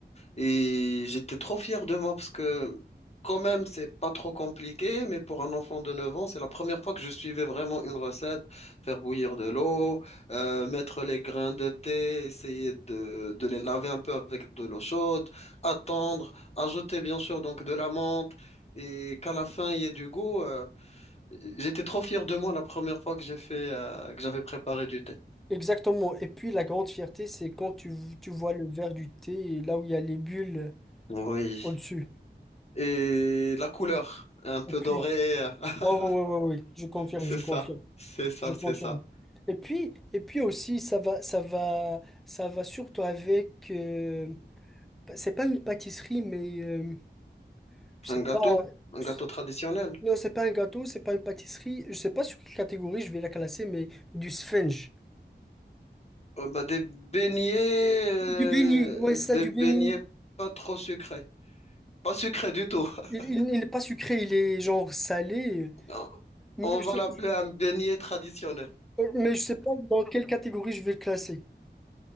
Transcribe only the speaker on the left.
Et j'étais trop fier de moi parce que quand même, c'est pas trop compliqué, mais pour un enfant de 9 ans, c'est la première fois que je suivais vraiment une recette, faire bouillir de l'eau, euh, mettre les grains de thé, essayer de, de les laver un peu avec de l'eau chaude, attendre, ajouter bien sûr donc de la menthe et qu'à la fin il y ait du goût. euh, j'étais trop fier de moi la première fois que j'ai fait, euh, que j'avais préparé du thé.
Oui.
Et la couleur, un peu
dorée. <laughs>
C'est
ça,
c'est ça,
c'est ça.
Un
gâteau, un
gâteau traditionnel.
Euh, bah, des beignets, euh,
des
beignets
pas trop sucrés. Pas sucrés du tout. <laughs>
Non,
On
va
l'appeler un beignet traditionnel.